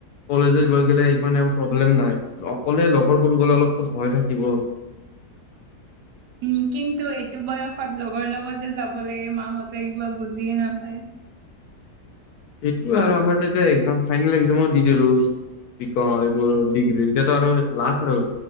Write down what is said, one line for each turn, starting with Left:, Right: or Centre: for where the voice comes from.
Left: কলেজে লৈ গলে ইমান আৰ প্ৰব্লেম নাই অকলে লগৰবোৰ গ'লে অলপতো ভয় থাকিব।
Right: <inaudible> উম, কিন্তু এইটো বয়সত লগৰ লগতে যাব লাগে মাহতে কিবা বুজিয়ে নাপায়।
Left: সেইটো আৰু আমাৰ তো এতিয়া একজাম ফাইনেল একজামো দি দিলো। কি কও এইবোৰ আৰু ডিগ্ৰী এতিয়াতো আৰু লাষ্ট আৰু।